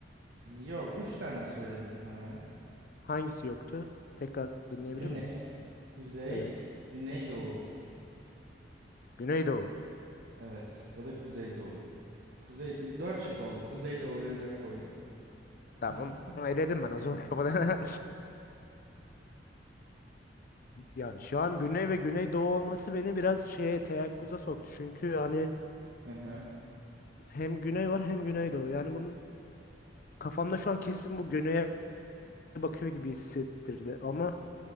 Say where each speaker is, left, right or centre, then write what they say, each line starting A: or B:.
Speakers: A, on the right; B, on the left.
A: Yok, üç tane söyledim sana ya.
B: Hangisi yoktu? Tekrar dinleyebilir
A: Güney,
B: miyim?
A: kuzey,
B: Evet.
A: güneydoğu.
B: Güneydoğu.
A: Evet, ya da kuzeydoğu. Kuzey, dört şık oldu. Kuzeydoğu'yu da koydum.
B: Tamam.
A: <laughs>
B: Onu Eledim ben o zaman <laughs> kafadan. Yani şu an güney ve güneydoğu olması beni biraz şeye teyakkuza soktu. Çünkü yani
A: Hı hı.
B: hem güney var hem güneydoğu. Yani bunun kafamda şu an kesin bu güneye bakıyor gibi hissettirdi. Ama